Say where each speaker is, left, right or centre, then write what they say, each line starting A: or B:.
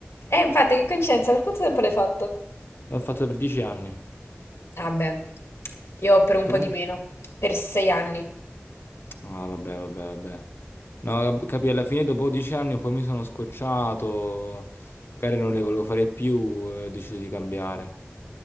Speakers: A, on the left (about 80°); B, on the left (about 60°).
A: Eh, infatti, che coincidenza, per quanto tempo l'hai fatto?
B: L'ho fatto per dieci anni.
A: Ah, beh, io per un
B: Tu?
A: po' di meno, per sei anni.
B: Ah, vabbè, vabbè, vabbè. No, capì, alla fine dopo dieci anni poi mi sono scocciato, magari non le volevo fare più e ho deciso di cambiare.